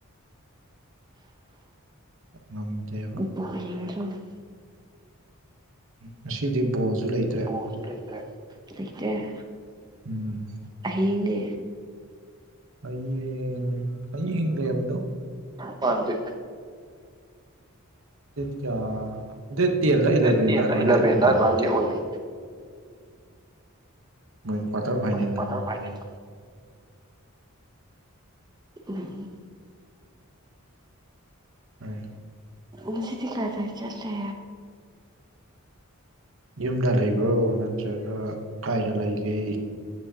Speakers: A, on the right; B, on the right.
A: ꯉꯥꯝꯗꯦꯕ
B: ꯔꯦꯟ꯭ꯔ <inaudible>
A: ꯉꯁꯤꯗꯤ ꯕꯣꯜꯁꯨ ꯂꯩꯇ꯭ꯔꯦ
B: ꯄꯣꯜꯁꯨ ꯂꯩꯇ꯭ꯔꯦ ꯂꯩꯇꯦ
A: ꯎꯝ
B: ꯍꯌꯦꯡꯗꯤ
A: ꯍꯌꯦꯡ ꯍꯌꯦꯡ ꯂꯩꯔꯝ
B: ꯄꯥꯟꯗꯦ
A: ꯗꯦꯠ ꯀꯌꯥ ꯗꯦꯠ ꯇꯦꯟꯂ ꯏꯂꯚꯦꯟꯂ
B: ꯗꯦꯠ ꯇꯦꯟꯂ
A: ꯑꯗꯨꯃꯥꯏꯅꯗꯤ
B: ꯢꯂꯤꯕꯦꯟ
A: ꯑꯣꯏꯕꯅꯤ
B: ꯑꯗꯨꯃꯥꯢ ꯑꯣꯢꯕꯅꯦ
A: ꯃꯣꯏ ꯀ꯭ꯋꯥꯇꯔ ꯐꯥꯏꯅꯦꯜꯗꯣ
B: ꯎ ꯀꯇꯔ ꯐꯥꯏꯅꯦꯜ <inaudible> ꯎꯝ
A: ꯍꯣꯏ
B: ꯉꯁꯤꯗꯤ ꯀꯗꯥꯏ ꯆꯠꯂꯦ
A: ꯌꯨꯝꯗ ꯂꯩꯕ꯭ꯔꯣ ꯅꯠꯇ꯭ꯔꯒ ꯀꯥꯏꯗ ꯂꯩꯒꯦ